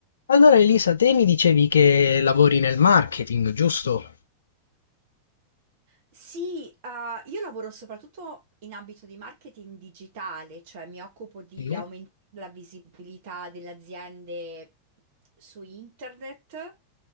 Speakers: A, on the left; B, on the right.
A: Allora Elisa, te mi dicevi che lavori nel marketing, giusto?
B: Sì, eh, io lavoro soprattutto in ambito di marketing digitale, cioè mi occupo di
A: Sì,
B: aumentare la visibilità delle aziende su internet,